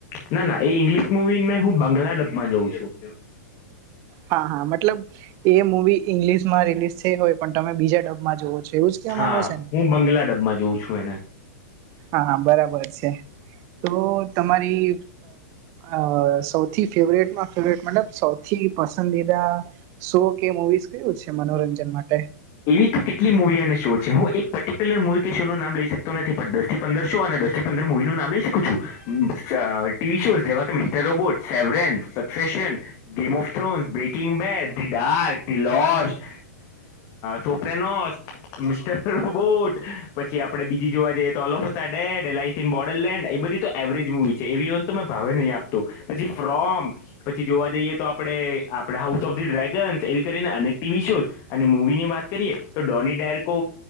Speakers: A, on the left (about 35°); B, on the right (about 35°).
A: ના ના એ ઇંગ્લિશ મુવી મેં હું બાંગ્લા ડબમાં જોઉં છું.
B: હા હા મતલબ એ મુવી ઇંગ્લિશમાં રિલીઝ થઈ હોય પણ તમે બીજા ડબમાં જોવો છો. એવું જ કેવા
A: હા
B: માંગો છે ને
A: હું બંગલા ડબમાં જોઉં છું એને
B: હા હા બરાબર છે તો તમારી અ સૌથી ફેવરેટમાં ફેવરેટ મતલબ સૌથી પસંદીદા શો કે મુવીઝ કયું છે મનોરંજન માટે?
A: એવી તો કેટલી મુવી અને શો છે હું એક પર્ટિક્યુલર મુવી કે શોનું નામ લઈ શક કતો તો નથી પણ દસ થી પંદર શો અને દસ થી પંદર મૂવીનું નામ લઈ શીખું છું ટીવી શો જેવા mister robot, severance, સબસેન્સન, game of thrones, baking bad, the dark, the lost, Sopranos mister robot પછી આપડે બીજી જોવા જઈએ તો ઓલ ફેડેડ એલઆઇસી બોડરલેન્ડ એ બધી તો એવરેજ મુવી છે એવીઓન તો મે ભાવે નહીં આપતો. પછી ફ્રોમ પછી જોવા જઈએ તો આપડે, આપડે હાઉસ ઓફ ધી ડ્રેગન્સ એવી કરીને અનેક ટીવી શોઝ અને મૂવીની વાત કરીએ તો ડોની ડેરકો